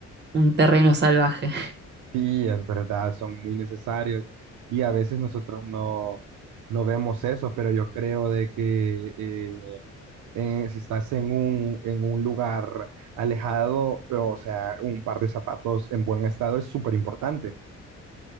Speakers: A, on the right; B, on the right.
A: un terreno salvaje.
B: Sí, es verdad, son muy necesarios y a veces nosotros no, no vemos eso, pero yo creo de que eh, en- si estás en un, en un lugar alejado, o sea, un par de zapatos en buen estado es súper importante.